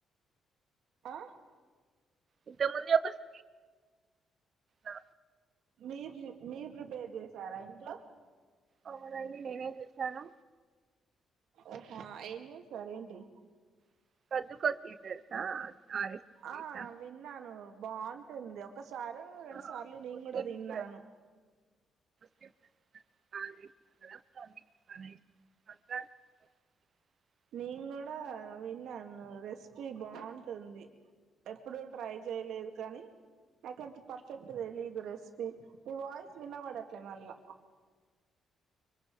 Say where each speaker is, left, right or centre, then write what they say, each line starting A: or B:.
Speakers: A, on the right; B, on the right.
A: ఆ
B: ఇంత ముందు ఒక స్ అ
A: మీరు మీరు ప్రిపేర్ చేసారా ఇంట్లో
B: అవునండి నెనే తీసాను
A: ఓహా ఏం చేసారు ఏంటి
B: <unintelligible>
A: ఆ
B: చేశాను
A: విన్నాను బాగుంటుంది ఒక సారు రెం
B: ఆ
A: సార్లు నెను
B: ముస్లిమ్స్
A: గూడా తిన్నను
B: <inaudible> <unintelligible>
A: నేను కూడా విన్నాను రెస్పీ బాగుంటుంది ఎప్పుడూ ట్రై చేయలేదు కానీ నాకెంత పర్ఫెక్ట్ తెలిదు రెసిపీ మీ వాయిస్ వినబడట్లే మళ్ళా